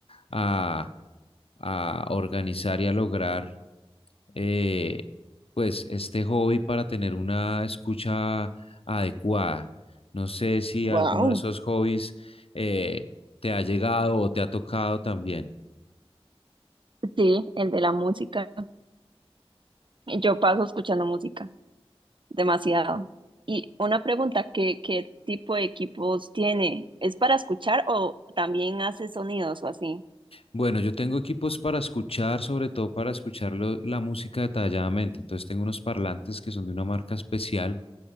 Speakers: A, on the left (about 65°); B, on the right (about 50°).
A: a, a organizar y a lograr eh, pues este hobby para tener una escucha adecuada. No sé si
B: Wow.
A: alguno de esos hobbies eh, te ha llegado o te ha tocado también.
B: Sí, el de la música. Yo paso escuchando música, demasiado. Y una pregunta, ¿qué, qué tipo de equipos tiene? ¿Es para escuchar o también hace sonidos o así?
A: Bueno, yo tengo equipos para escuchar, sobre todo para escuchar lo- la música detalladamente. Entonces tengo unos parlantes que son de una marca especial,